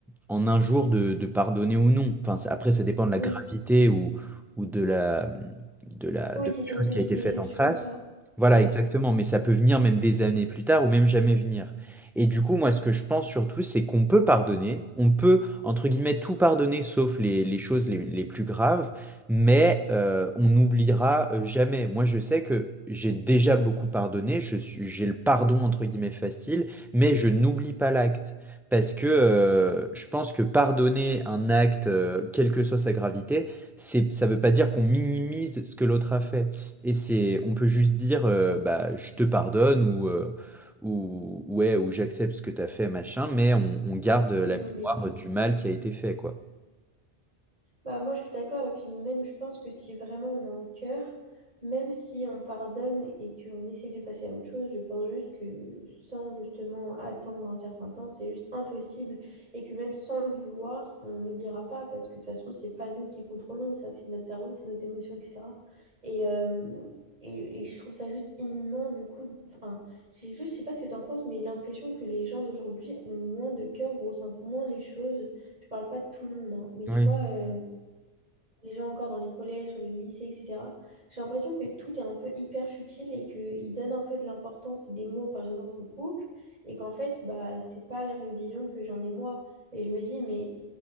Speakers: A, in the centre; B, on the right.
A: en un jour de, de pardonner ou non. Enfin, ça- après, ça dépend de la
B: Oui,
A: gravité ou, ou de la, de la,
B: oui,
A: de la
B: si c'est
A: chose
B: une petite
A: qui a été
B: déception
A: faite en face.
B: ou pas.
A: Voilà,
B: Ouais,
A: exactement, mais ça peut venir même des années plus tard ou même jamais venir. Et du coup, moi, ce que je pense surtout, c'est qu'on peut pardonner, on peut, entre guillemets, tout pardonner sauf les, les choses les les plus graves mais euh, on n'oubliera euh, jamais. Moi, je sais que j'ai déjà beaucoup pardonné, je suis, j'ai le pardon entre guillemets facile, mais je n'oublie pas l'acte. Parce que euh, je pense que pardonner un acte, euh, quelle que soit sa gravité, c'est, ça ne veut pas dire qu'on minimise ce que l'autre a fait. Et c'est, on peut juste dire, euh, bah, je te pardonne ou, euh, ou, ouais, ou j'accepte ce que tu as fait, machin, mais on, on garde la
B: et j'oublie
A: mémoire
B: pas.
A: du mal qui a été fait, quoi.
B: Bah, moi, je suis d'accord. Et puis même, je pense que si vraiment on a un cœur, même si on pardonne et qu'on essaie de passer à autre chose, je pense juste que sans justement attendre un certain temps, c'est juste impossible. Et que même sans le vouloir, on n'oubliera pas parce que de toute façon, c'est pas nous qui contrôlons ça, c'est notre cerveau, c'est nos émotions, etc. Et, euh, et, et je trouve ça juste inhumain. Du coup, j'ai juste, je sais pas ce que t'en penses, mais l'impression que les gens d'aujourd'hui ont moins de cœur, ressentent moins les choses. Je parle pas de tout le monde, hein, mais
A: Oui.
B: tu vois... euh, les gens encore dans les collèges, dans les lycées, etc. J'ai l'impression que tout est un peu hyper futile et qu'ils donnent un peu de l'importance et des mots, par exemple, au couple, et qu'en fait, bah, c'est pas la même vision que j'en ai moi. Et je me dis, mais